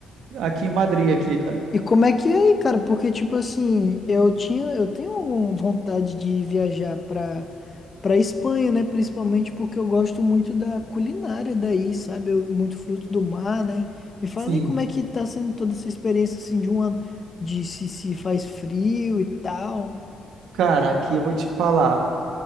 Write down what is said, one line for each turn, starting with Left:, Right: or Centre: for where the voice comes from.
Right: Aqui em Madrid, aqui, cara.
Left: E como é que é aí, cara? Porque, tipo assim, eu tinha, eu tenho uma vontade de viajar pra, pra Espanha, né? Principalmente porque eu gosto muito da culinária daí, sabe? Eu- muito fruto do mar, né? Me fala
Right: Sim,
Left: aí como é que tá sendo toda essa experiência, assim, de um ano, de se, se faz frio e tal.
Right: cara, aqui eu vou te falar.